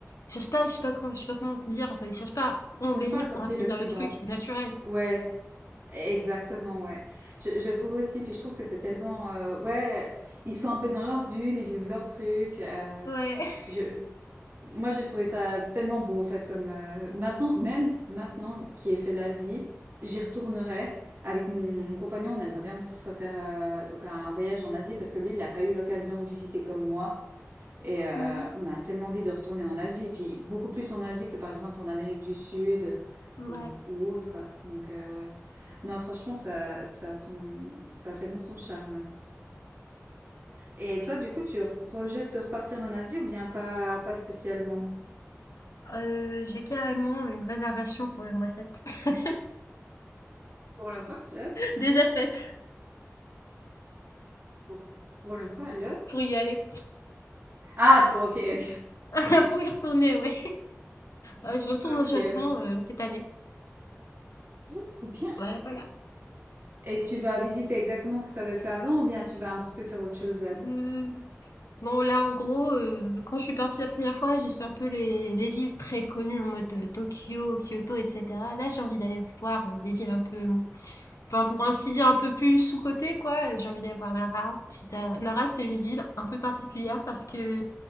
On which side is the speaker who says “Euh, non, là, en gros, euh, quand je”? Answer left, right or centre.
Left